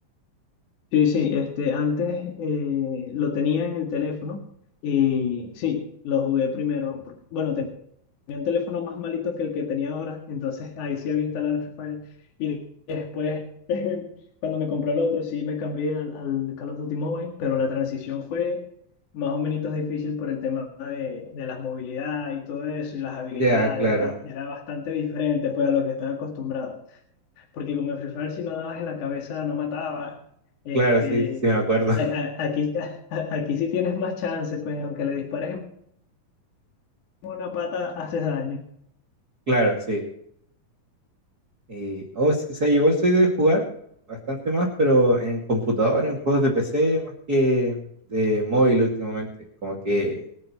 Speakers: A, on the left; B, on the right.
A: Sí, sí, este, antes eh, lo tenía en el teléfono y sí, lo jugué primero. porque, bueno, tenía un teléfono más malito que el que tenía ahora, entonces ahí sí había instalado el Free Fire. Y después, <laughs> cuando me compré el otro, sí me cambié al, al Call of Duty Mobile, pero la transición fue más o menos difícil por el tema de, de las movilidades y todo eso, y las habilidades,
B: Ya, claro,
A: era, era bastante diferente pues a lo que estaba acostumbrado porque como en Free Fire si no dabas en la cabeza no matabas. Este,
B: claro, sí, sí me acuerdo. <laughs>
A: a- a- aquí, <laughs> aquí sí tienes más chance, pues aunque le dispares en una pata haces daño.
B: Claro, sí. Y, oh, sí, sí, igual soy de jugar bastante más, pero en computadora, en juegos de PC, más que de móvil últimamente. Como que